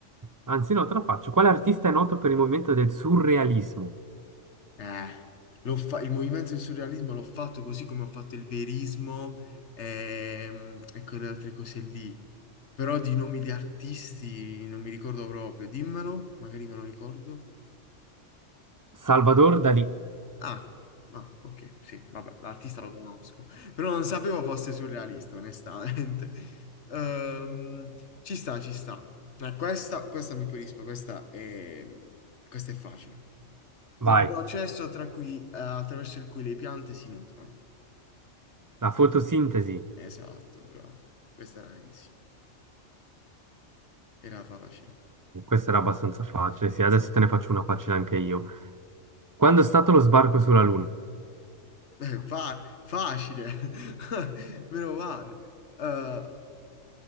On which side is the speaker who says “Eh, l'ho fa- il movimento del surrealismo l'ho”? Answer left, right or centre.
Left